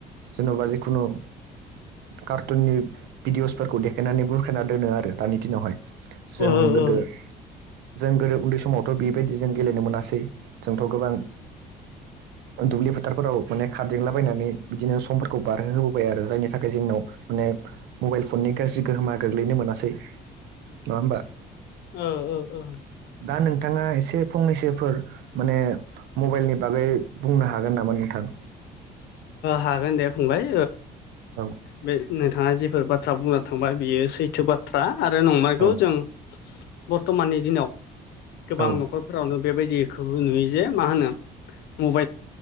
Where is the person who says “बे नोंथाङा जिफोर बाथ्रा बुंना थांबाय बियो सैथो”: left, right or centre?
Left